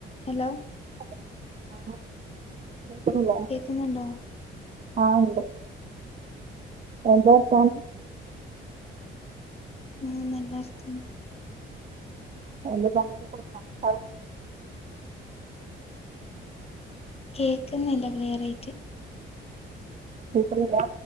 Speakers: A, on the left; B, on the right.
A: Hello
B: <unintelligible> ആഹ് കേൾക്കണില്ലേ
A: കേക്കുന്നുണ്ടോ
B: ആഹ് എണ്ട് എന്താ വർത്താനം
A: ഉം നല്ല വർത്താനം
B: <unintelligible>
A: കേക്ക്ന്നില്ല ക്ലിയറായിട്ട്
B: കേക്കുന്നില്ലാ